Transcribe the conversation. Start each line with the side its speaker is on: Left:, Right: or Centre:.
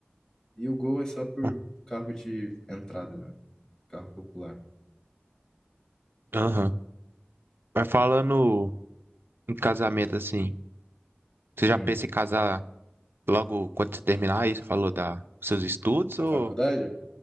Left: E o Gol é só por
Right: Hum,
Left: carro de entrada, né? Carro popular.
Right: Aham. Mas falando em casamento, assim, você já
Left: Hum.
Right: pensa em casar logo quando você terminar isso? Falou da dos seus estudos
Left: A
Right: ou
Left: faculdade?